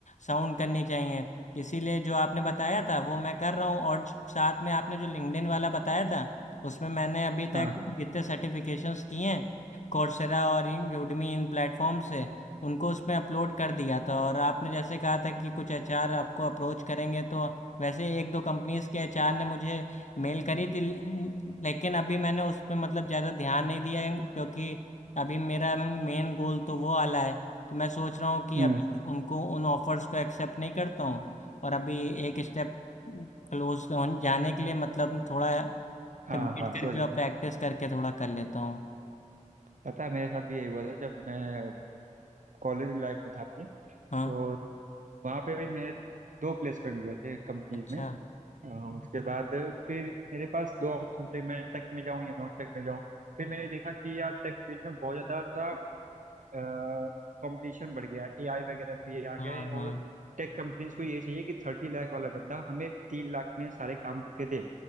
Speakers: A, on the left; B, on the right.
A: साउंड करनी चाहिए इसीलिए जो आपने बताया था वो मैं कर रहा हूँ और साथ में आपने जो लिंक्डइन वाला बताया था उसमें मैंने अभी
B: हाँ
A: तक जितने सर्टिफिकेशंस किए हैं कोर्सेरा और इन यूडमी इन प्लेटफॉर्म से उनको उसमें अपलोड कर दिया था और आपने जैसे कहा था कि कुछ एचआर आपको अप्रोच करेंगे तो वैसे एक दो कंपनीज के एचआर ने मुझे मेल करी थी लेकिन अभी मैंने उस पर मतलब ज़्यादा ध्यान नहीं दिया है, क्योंकि अभी मेरा मेन गोल तो वो वाला है तो मैं सोच रहा हूँ कि
B: हम्म
A: अभी उनको उन ऑफर्स को एक्सेप्ट नहीं करता हूँ और अभी एक स्टेप क्लोज जाने के लिए मतलब थोड़ा
B: हाँ
A: वेट
B: हाँ समझ
A: करके
B: गया
A: और प्रैक्टिस
B: मैं
A: करके थोड़ा कर लेता हूँ
B: पता है मेरे साथ भी यही हुआ था जब मैं कॉलेज लाइफ में था अपनी
A: हाँ
B: तो वहाँ पे भी मेरे दो प्लेसमेंट हुए थे कंपनीज
A: अच्छा
B: में अ, उसके बाद फिर मेरे पास दो ऑप्शन थे मैं टेक में जाऊँ या नॉन टेक में जाऊँ फिर मैंने देखा कि यार टेक फील्ड में बहुत ज़्यादा सा कंपटीशन बढ़ गया एआई वगैरह भी आ
A: हाँ
B: गए
A: हाँ
B: और टेक कंपनीज को ये चाहिए कि थर्टी लाख वाला बंदा हमें तीन लाख में सारे काम करके दे